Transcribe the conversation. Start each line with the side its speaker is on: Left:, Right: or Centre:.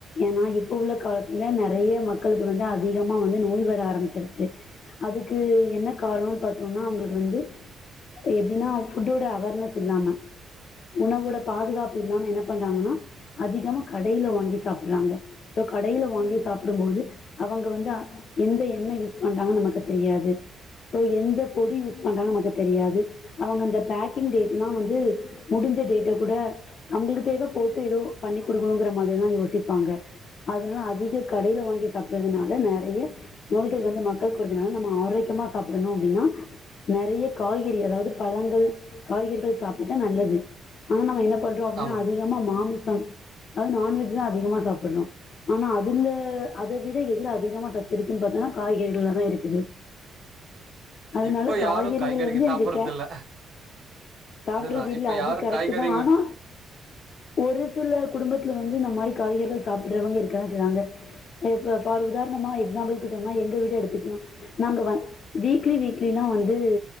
Left: ஏன்னா இப்போ உள்ள காலத்துல நெறைய மக்களுக்கு வந்து அதிகமா வந்து நோய் வர ஆரம்பிச்சிருச்சு அதுக்கு என்ன காரணம்னு பாத்தோம்னா அவங்களுக்கு வந்து எப்டின்னா ஃபுட்டோட அவேர்னஸ் இல்லாம உணவோட பாதுகாப்பு இல்லாம என்ன பண்றாங்கனா அதிகமா கடையில வாங்கி சாப் புறாங்க சோ கடையில வாங்கி சாப்டும்போது அவங்க வந்து எந்த எண்ண யூஸ் பண்றாங்கன் நமக்கு தெரியாது ஸோ எந்த பொடி யூஸ் பண்றாங்க நமக்கு தெரியாது அவங்க அந்த பேக்கிங் டேட் எல்லா வந்து முடிஞ்ச டேட் கூட அவங்களுக்கு தேவ போட்டு ஏதோ பண்ணி கொடுக்கணுங்கிற மாரிதா யோசிப் பாங்க அதனால அதிக கடையில வாங்கி சாப்றதுனால நெறைய நோய்கள் வந்து மக்களுக்கு வருதுனால நம்ம ஆரோக்கியமா சாப்டணு அப்டின்னா நெறைய காய்கறி அதாவது பழங்கள் காய்கறிகள் சாப்பிட்டா நல்லது ஆனா நம்ம என்ன பண் றோ அப்டினா
Right: ஆமா
Left: அதிக மாமிசம் அதாவது நான்வெஜ் தா அதிகமா சாப்டுறோ ஆனா அதுல அத விட எதுல அதிகமா சத்து இருக்குன் பாத்தோங்கன்னா காய்கறிகள்லதா இருக்குது அதனால
Right: இப்ப
Left: காய்கறிகள்ல
Right: யாரு காய்கறிங்க
Left: இருந்து
Right: சாப்புட்றது
Left: எனக்கு கே
Right: இல்ல
Left: சாப்பிடறது
Right: அதுதா இப்ப
Left: இல்ல அது
Right: யாரு
Left: கரெக்ட்
Right: காய்கறிங்க
Left: தா ஆனா ஒரு சில குடும்பத்தில வந்து இந்த மாரி காய்கறி சாப்டுறவங்க இருக்க தா செய்யுறாங்க இப்ப ஃபார் உதாரணமா எக்ஸாம்பிள்க்கு சொன்னா எங்க வீட எடுத் துக்கனு நாங்க வந் வீக்லி வீக்லிலா வந்து